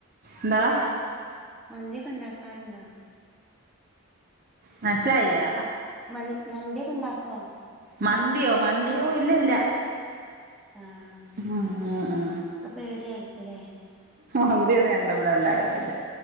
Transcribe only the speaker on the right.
എന്താ
മനസ്സിലായില്ല
മന്തിയോ മന്തിയോ ഇല്ലില്ല
<unintelligible> ആഹ് ആഹ്
മന്തിയൊന്നും വേണ്ട ഇവിടെ ഉണ്ടാക്കത്തില്ല